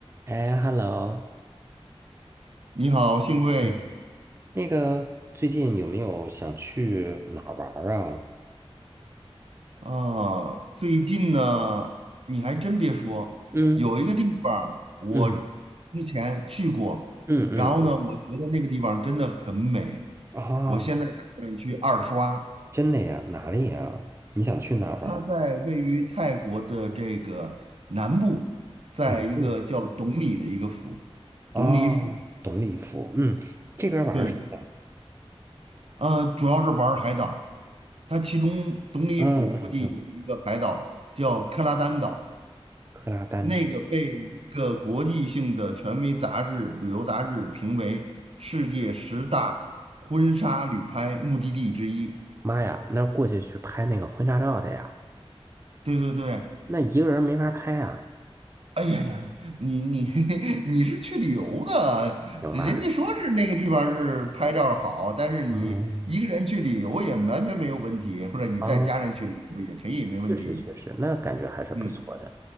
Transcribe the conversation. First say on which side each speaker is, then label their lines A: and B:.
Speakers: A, on the right; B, on the right.
A: 哎，hello，
B: 你好，幸会
A: 嗯，那个最近有没有想去哪儿玩儿啊？
B: 啊！最近呢，你还真别说，
A: 嗯
B: 有一个地方儿我
A: 嗯
B: 之前去过，
A: 嗯嗯嗯
B: 然后呢，我觉得那个地方真的很美，
A: 啊，
B: 我现在打算去二刷。
A: 真的呀？哪里呀？你想去哪儿玩儿？
B: 它在位于泰国的这个南部，在一个叫董里的一个府，
A: 南部，啊，
B: 董里府。
A: 懂礼服，嗯，这边儿玩儿什么呀？
B: 对，呃，主要是玩儿海岛。它其中董里府附近有一个海岛叫克拉丹岛。
A: 嗯嗯嗯，克拉丹岛。
B: 那个被一个国际性的权威杂志、旅游杂志评为世界十大婚纱旅拍目的地之一。
A: 妈呀，那过去去拍那个婚纱照的呀，
B: 对对对，
A: 那一个人没法拍啊，
B: 哎呀呀，你你 <laughs> 你是去旅游的，
A: 行吧？
B: 人家说是那个地方是拍照儿好，但是你一个人去旅游也完全没有问题，
A: 嗯
B: 或者你带家人去旅游也可以没问题。
A: 啊，确实确实，那感觉还是不错的。
B: 嗯。